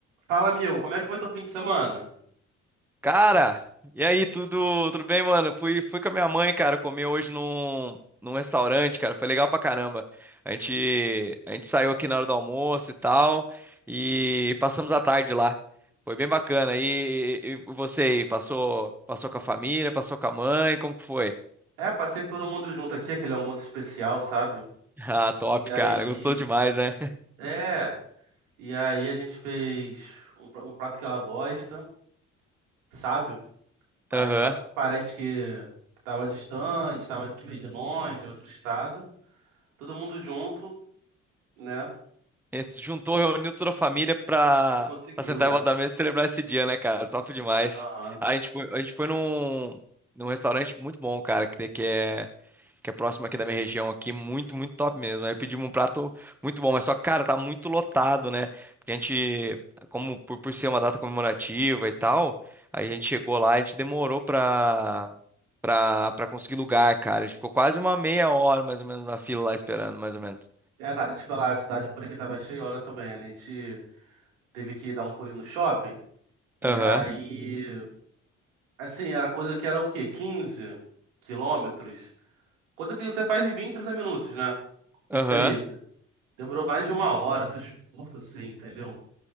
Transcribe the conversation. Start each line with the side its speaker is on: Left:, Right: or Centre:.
Right: Fala, amigo, como é que foi teu fim de semana?
Centre: Cara, e aí, tudo, tudo bem, mano? Fui, fui com a minha mãe, cara, comer hoje num, num restaurante, cara. Foi legal pra caramba. A gente, a gente saiu aqui na hora do almoço e tal, e passamos a tarde lá. Foi bem bacana. E, e- e você aí, passou, passou com a família, passou com a mãe, como que foi?
Right: É, passei com todo mundo junto aqui, aquele almoço especial, sabe?
Centre: <laughs> Ah, top,
Right: E aí,
Centre: cara. Gostou demais, né?
Right: é, e aí a gente fez um pra- um prato que ela gosta, sabe? Aí
Centre: <laughs> Aham.
Right: pa- parente que que tava distante, tava que veio de longe, de outro estado, todo mundo junto, né?
Centre: Esse- Juntou, reuniu toda a família pra,
Right: A gente conseguiu,
Centre: pra sentar
Right: é.
Centre: em volta da mesa e celebrar esse dia, né, cara? Top demais.
Right: Aham.
Centre: A gente foi, a gente foi num, num restaurante muito bom, cara, que, que é, que é próximo aqui da minha região aqui, muito, muito top mesmo. Aí pedimos um prato muito bom, mas só, que, cara, tá muito lotado, né? Porque a gente, como por, por ser uma data comemorativa e tal, aí a gente chegou lá e a gente demorou pra, pra, pra conseguir lugar, cara. A gente ficou quase uma meia hora, mais ou menos, na fila lá esperando, mais ou menos.
Right: É, cara, deixa eu te falar, a cidade por aqui tava cheia hora também, né? A gente teve que dar um pulinho no shopping, e
Centre: Aham,
Right: aí Assim, era coisa que era o quê? quinze quilômetros? Coisa que você faz em vinte 30 minutos, né? Pista
Centre: aham.
Right: livre. Demorou mais de uma hora, trecho curto, assim, entendeu?